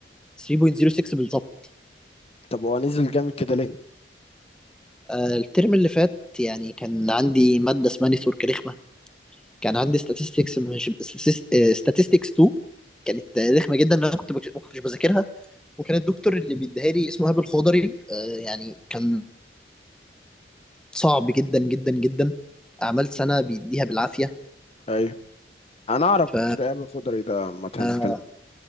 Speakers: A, in the centre; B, on the left.
A: 3.06 بالظبط
B: طب هو نزل جامد كده ليه
A: آه، الترم اللي فات يعني كان عندي ماده اسمها نتورك رخمه كان عندي statistics مش آه، statistics 2 كانت رخمه جدا لان انا كنت بك- ما كنتش بذاكرها وكان الدكتور اللي بيديها لي اسمه هاب الخضري آه، يعني كان صعب جدا جدا جدا عملت سنه
B: مم.
A: بيديها بالعافيه
B: ايوه انا اعرف
A: ف
B: دكتور ايهاب الخضري ده عامه كان
A: آه،